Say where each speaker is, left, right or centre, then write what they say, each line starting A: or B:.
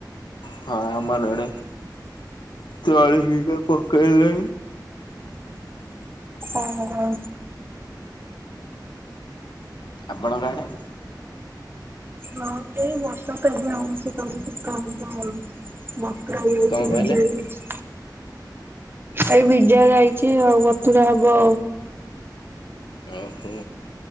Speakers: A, on the left; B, on the right.
A: ହଁ ଆମରଡେ ତଳେ ହିଡ ପକେଇଲେ।
B: ଓହୋ
A: ଆପଣଙ୍କ ଆଡେ?
B: ହଁ ସେଇ ବ <unintelligible> ସେ ତମକୁ <unintelligible> ବକରା ନେଉଚି
A: କଣ
B: ମୁଁ
A: କହିଲେ?
B: ଜାଣିଚି। ଏଇ ବିଜା ଯାଇଛି ଆଉ ବତୁରା ହବ।
A: ଓହୋ